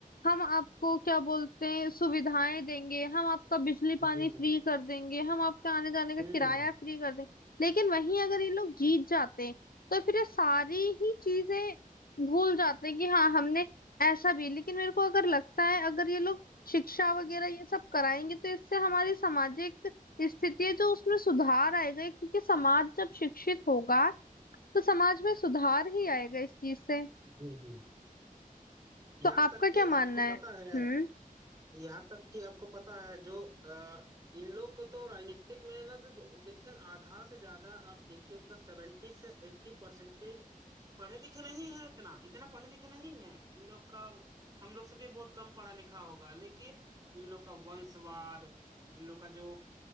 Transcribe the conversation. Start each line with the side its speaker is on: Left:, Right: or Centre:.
Left: हम आपको क्या बोलते हैं सुविधाएं देंगे हम आपका बिजली पानी
Right: जी
Left: फ्री
Right: जी
Left: कर देंगे हम आपका आने जाने का
Right: हम्म
Left: किराया फ्री कर देंगे लेकिन वहीं अगर ये लोग जीत जाते हैं तो फिर ये सारी ही चीजें भूल जाते हैं कि हाँ हमने ऐसा भी लेकिन मेरे को अगर लगता है अगर ये लोग शिक्षा वगैरह ये सब कराएंगे तो इससे हमारी सामाजिक स्थिति है जो उसमें सुधार आएगा क्योंकि समाज जब शिक्षित होगा तो समाज में सुधार ही आएगा इस चीज से
Right: जी जी यहाँ
Left: तो आपका
Right: तक
Left: क्या
Right: कि
Left: मानना
Right: आपको
Left: है
Right: पता है
Left: हम्म
Right: यहाँ तक कि आपको पता है जो अ, इन लोग को तो राजनीतिक में ना तो जो देखते हैं ना, आधा से ज्यादा आप देखिएगा सेवेंटी से एट्टी परसेंटेज पढ़े लिखे नहीं है इतना इतना पढ़े लिखे नहीं है इन लोग का हम लोग से भी बहुत कम पढ़ा लिखा होगा लेकिन इन लोग का वंशवाद इन लोग का जो